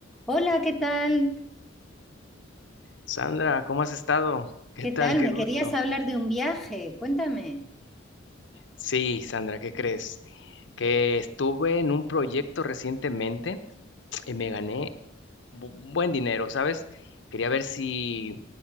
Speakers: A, in the centre; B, on the left (about 65°).
A: Hola, ¿qué tal?
B: Sandra, ¿cómo has estado? ¿Qué
A: ¿Qué
B: tal?
A: ¿Qué tal?
B: Qué
A: Me tal?
B: gusto.
A: querías hablar de un viaje. Cuéntame.
B: Sí, Sandra, ¿qué crees? Que estuve en un proyecto recientemente y me gané bu- buen dinero, ¿sabes? Quería ver si,